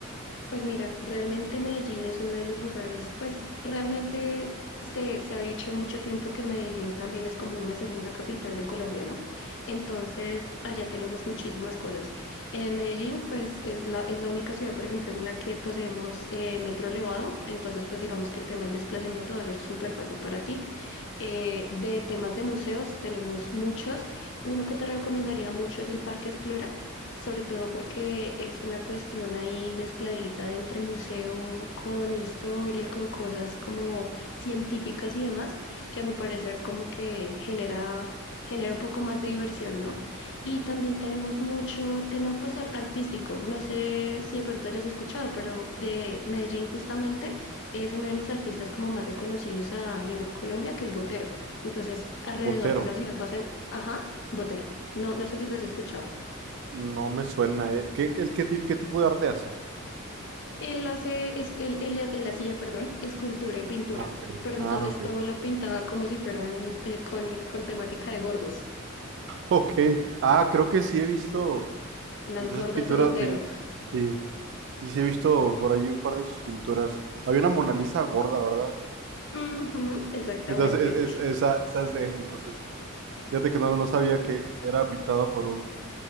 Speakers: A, on the left; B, on the right.
A: Pues mira, realmente Medellín es uno de los lugares, pues realmente se, se ha dicho mucho tiempo que Medellín también es como una segunda capital de Colombia, ¿no? Entonces, allá tenemos muchísimas cosas. En Medellín, pues es la, es la única ciudad, por ejemplo, en la que poseemos eh, metro elevado, entonces pues digamos que el tema del desplazamiento va a ser súper fácil para ti. Eh, de temas de museos tenemos muchos. Uno que te recomendaría mucho es el Parque Explora sobre todo porque es una cuestión ahí mezcladita de entre museo con historia, con cosas como científicas y demás, que a mi parecer como que genera, genera un poco más de diversión, ¿no? Y también tenemos mucho tema pues ar- artístico, no sé si de pronto hayas escuchado, pero de Medellín justamente es uno de los artistas como más reconocidos a nivel Colombia, que es Botero. Entonces, alrededor
B: Botero,
A: de la ciudad vas a... Ajá, Botero. No, no sé si lo has escuchado.
B: no me suena. eh. ¿Qué, el, qué, ti- qué tipo de arte hace?
A: Él hace, es- él, él- él hacía, perdón, escultura y pintura,
B: Ah, ok.
A: pero
B: Ah,
A: entonces
B: ok.
A: todo lo pintaba como si fueran eh, con, con temática de gordos,
B: <laughs> Ok. Ah, creo que sí he visto.
A: las
B: Entonces,
A: gordas
B: pintura,
A: de Botero.
B: pin- sí, sí, sí he visto por ahí un par de sus pinturas. Había una Mona Lisa gorda, ¿verdad?
A: Ujú, exactamente.
B: Entonces, es- es- esa, esa es de él. Entonces, fíjate que no, no sabía que era pintada por un,